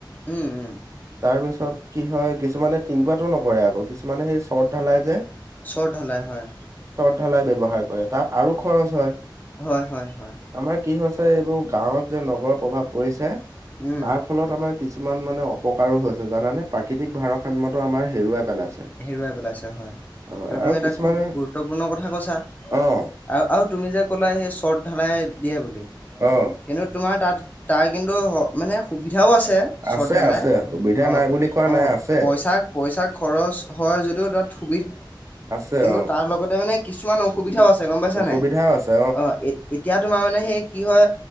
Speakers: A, on the left; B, on the right.
A: উম উম
B: তাৰ পিছত কি হয় কিছুমানে থিংপাতো নকৰে আকৌ কিছুমানে সেই শ্বট ঢালাই যে
A: শ্বৰ্ট হ'লে হয়।
B: ালাই ব্যৱহাৰ কৰে তাত আৰু খৰচ হয়।
A: হয় হয় হয়
B: আমাৰ কি হৈছে এইবোৰ গাঁৱত যে নগৰৰ প্ৰভাৱ পৰিছে।
A: উম
B: তাৰ ফলত আমাৰ কিছুমান মানে অপকাৰো হৈছে জানানে, প্ৰাকৃতিক ভাৰসাম্যটো আমাৰ হেৰুৱাই পেলাইছে।
A: হেৰুৱাই পেলাইছে হয়,
B: হয়
A: টো তুমি
B: আৰু
A: এটা
B: কিছুমানে
A: খু গুৰু পোনৰ কথা কৈছা,
B: অ',
A: আৰু আৰু তুমি যে ক'লা সেই শৰ্ট ঢালাই দিয়ে বুলি
B: অ',
A: কিন্তু তোমাৰ তাত তাৰ কিন্তু মানে সুবিধাও আছে শ্ৰত
B: আছে
A: ঢালাই।
B: আছে সুবিধা
A: অ',
B: নাই বুলি কোৱা
A: অ',
B: নাই আছে
A: পইচা, পইচা খৰচ হয় যদিও তাত সু
B: আছে
A: কিন্তু
B: অ'।
A: তাৰ লগতে মানে কিছুমান অ সুবিধাও আছে গম পাইছা
B: অসুবিধাও
A: নাই,
B: আছে
A: অ', এ এতিয়া তোমাৰ মানে সেই কি হয়